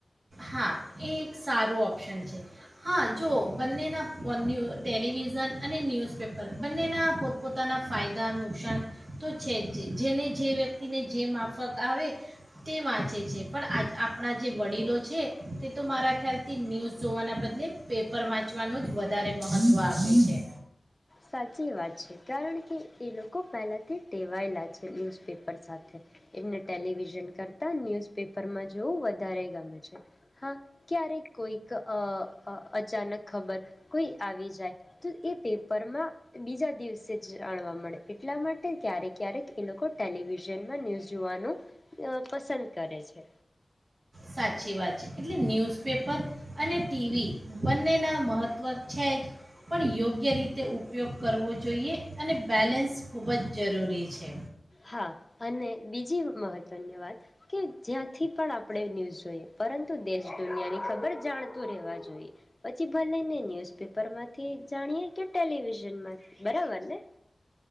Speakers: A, on the right; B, on the left.
A: હા એ એક સારું ઓપ્શન છે હા જો બંનેના ન્યૂ ટેલિવિઝન અને ન્યૂઝપેપર બંનેના પોતપોતાના ફાયદા નુકસાન તો છે જ છે જેને જે વ્યક્તિને જે માફક આવે તે વાંચે છે પણ આ આપણા જે વડીલો છે તે તો મારા ખ્યાલથી ન્યૂઝ જોવાના બદલે પેપર વાંચવાનું જ વધારે મહત્ત્વ આપે છે
B: સાચી વાત છે કારણ કે એ લોકો પહેલાથી ટેવાયેલા છે ન્યૂઝપેપર સાથે એમને ટેલિવિઝન કરતા ન્યૂઝપેપરમાં જોવું વ વધારે ગમે છે હા ક્યારેક કોઈક અ અ અચાનક ખબર કોઈ આવી જાય તો એ પેપ પરમાં બીજા દિવસે જ જાણવા મળે એટલા માટે ક્યારેક ક્યારેક એ લોકો ટેલિવિઝનમાં ન્યૂઝ જોવાનું પસંદ કરે છે
A: સાચી વાત છે એટલે ન્યૂઝ પેપર અને ટીવી બંનેના મહત્ત્વ છે પણ યોગ્ય રીતે તે ઉપયોગ કરવો જોઈએ અને બેલેન્સ ખૂબ જ જરૂરી છે
B: હા અને બીજી મહત્વની વાત કે જ્યાંથી પણ આપ આપણે ન્યૂઝ જોઈએ પરંતુ દેશ દુનિયાની ખબર જાણતું રહેવા જોઈ પછી ભલે ને ન્યુઝ પેપર માંથી જાણીએ કે ટેલિ વિશન માં થી બરાબર ને